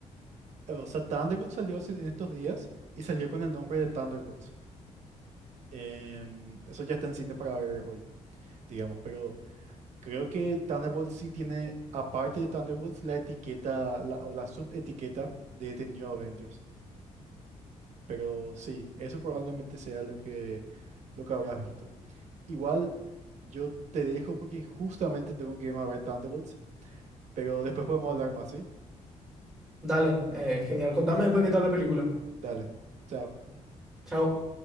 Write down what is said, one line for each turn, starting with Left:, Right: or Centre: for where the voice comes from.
Right: o sea, Thunderbolts salió hace- en estos días y salió con el nombre de Thunderbolts. Em, eso ya está en cine para ver hoy, digamos, pero Creo que Thunderbolts sí tiene, aparte de Thunderbolts, la etiqueta la, o la subetiqueta de The New Avengers. Pero sí, eso probablemente sea lo que, lo que habrás visto. Igual yo te dejo porque justamente tengo que irme a ver Thunderbolts, pero después podemos hablar más, ¿sí?
Centre: Dale, eh, genial. Contame después qué tal la película.
Right: Dale, chao.
Centre: Chao.